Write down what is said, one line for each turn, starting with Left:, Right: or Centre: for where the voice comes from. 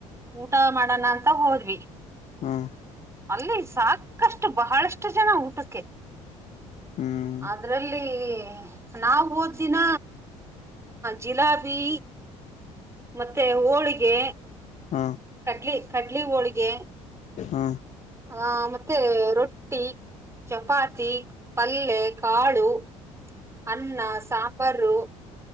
Right: ಊಟ ಮಾಡಣ ಅಂತ ಹೋದ್ವಿ
Left: ಹ್ಮ್
Right: ಅಲ್ಲಿ ಸಾಕಷ್ಟು ಬಹಳಷ್ಟು ಜನ ಊಟಕ್ಕೆ
Left: ಹ್ಮ್
Right: ಅದರಲ್ಲಿ ನಾವ್ ಹೋದಿನ ಜಿಲಾಬಿ ಮತ್ತೆ ಹೋಳಿಗೆ
Left: ಹ
Right: ಕಡ್ಲಿ ಕಡ್ಲಿ ಹೋಳಿಗೆ
Left: ಹ್ಮ
Right: ಹ ಮತ್ತೆ ರೊಟ್ಟಿ ಚಪಾತಿ ಪಲ್ಯೆ ಕಾಳು ಅನ್ನ ಸಾಂಬಾರು